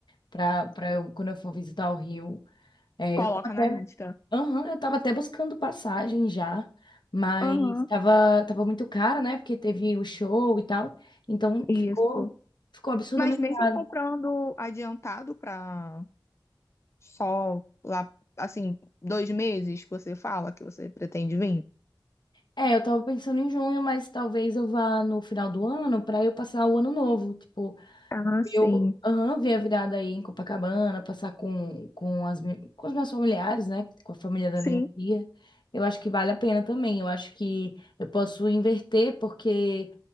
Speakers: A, on the left; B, on the left.
A: pra, pra eu, quando eu for visitar o Rio. É,
B: Coloca
A: eu tava até
B: na lista.
A: Aham, eu tava até buscando passagem já, mas
B: Aham,
A: tava, tava muito caro, né? Porque teve o show e tal. Então
B: isso.
A: ficou, ficou absurdamente
B: Mas mesmo
A: caro.
B: comprando adiantado para só lá, assim, dois meses que você fala que você pretende vir?
A: É, eu tava pensando em junho, mas talvez eu vá no final do ano pra eu passar o ano novo. Tipo,
B: Ah,
A: eu
B: sim.
A: aham, ver a virada aí em Copacabana, passar com, com as, mi- com os meus familiares, né? Com a família da minha
B: Sim,
A: tia. Eu acho que vale a pena também. Eu acho que eu posso inverter, porque.